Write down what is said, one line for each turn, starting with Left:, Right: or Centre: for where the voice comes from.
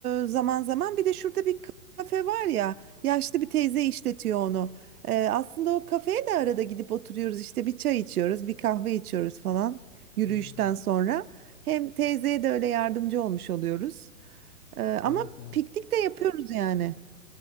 Right: e, zaman zaman. Bir de şurada bir kafe var ya yaşlı bir teyze işletiyor onu. E, aslında o kafeye de arada gidip oturuyoruz işte bir çay içiyoruz, bir kahve içiyoruz falan yürüyüşten
Left: Hmm,
Right: sonra. Hem teyzeye de öyle yardımcı olmuş oluyoruz. E, ama
Left: Evet evet.
Right: piknik de yapıyoruz yani.